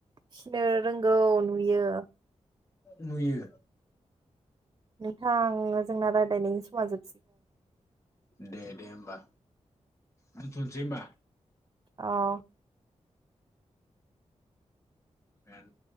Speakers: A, on the right; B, on the left.
A: फिनो रोंगौ नुयो ।
B: नुयो।
A: नोंथां जोंना राय्लायनायनि समाज जोब
B: दे दे होमबा। दोनथनोसै होमबा?
A: अ
B: बे <unintelligible>